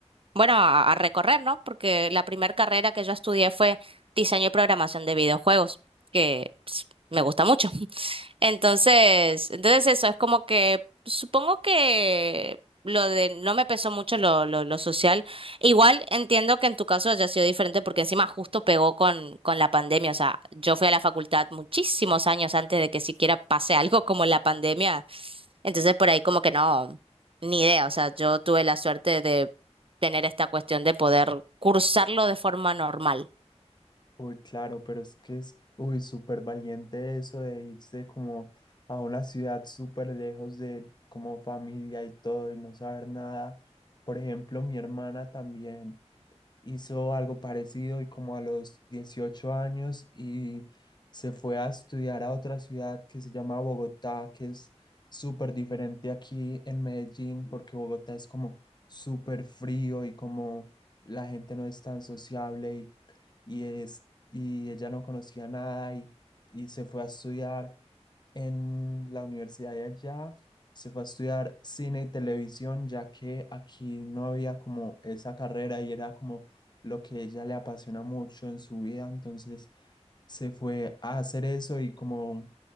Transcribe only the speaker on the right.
bueno, a, a recorrer, ¿no? Porque la primera carrera que yo estudié fue diseño y programación de videojuegos, que pues, me gusta mucho. Entonces, entonces eso es como que supongo que lo de no me pesó mucho lo, lo, lo social. Igual entiendo que en tu caso haya sido diferente porque encima justo pegó con, con la pandemia. O sea, yo fui a la facultad muchísimos años antes de que siquiera pase algo como la pandemia. Entonces por ahí como que no, ni idea. O sea, yo tuve la suerte de tener esta cuestión de poder cursarlo de forma normal.